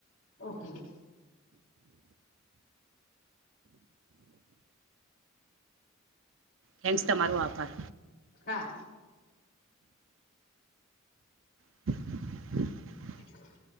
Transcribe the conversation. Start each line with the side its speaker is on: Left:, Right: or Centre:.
Left: ઓકે. <inaudible>
Right: થેન્ક્સ તમારો આભાર.
Left: હા.
Right: <inaudible>
Left: હ <inaudible>